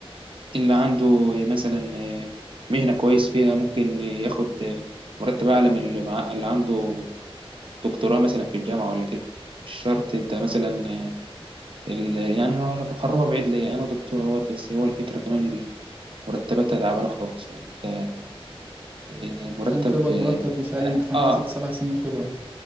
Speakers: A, on the right (about 60°); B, on the right (about 15°).
A: اللي عنده مثلا آه، مهنة كويس فيها ممكن ياخد آه، مرتب أعلى من اللي مع- اللي عنده دكتوراه مثلا في الجامعة ولا كده مش شرط أنت مثلا آه، ال- يعني هو هروح بعيد ليه أنا دكتور أهوت بس هو الفكرة كمان مرتباتها تعبانة خالص يعني أنت آه، مرتب
B: عشان تقبض
A: اه
B: مرتب مش أقل من خمس
A: آه،
B: ست سبع سنين خبرة